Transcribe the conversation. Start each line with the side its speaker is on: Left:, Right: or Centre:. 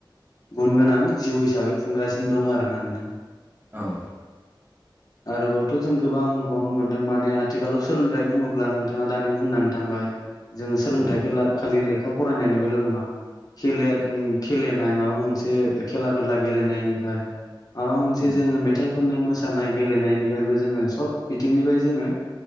Left: गुन गोनां जिउ हिसाबै खुंगासिनो दं आरोना नोंथां
Right: औ
Left: आरोबावथ' जों गोबां नुबावनो मोन्दों माने आथिखालाव सोलोंथाइ बुङोब्ला नोंथाङा दानि बुंनानै थांबाय जोङो सोलोंथाइखौ
Right: उम
Left: ला खालि लेखा फरायनायनिफ्रायल' नङा खेलेर खेलेनाय माबा मोनसे खेला दुला गेलेनायनिफ्राय माबा मोनसे
Right: उम
Left: जोङो मेथाइ खननाय, मोसानाय गेलेनायनिफ्रायबो जोङो सब बिथिंनिफ्राय जोङो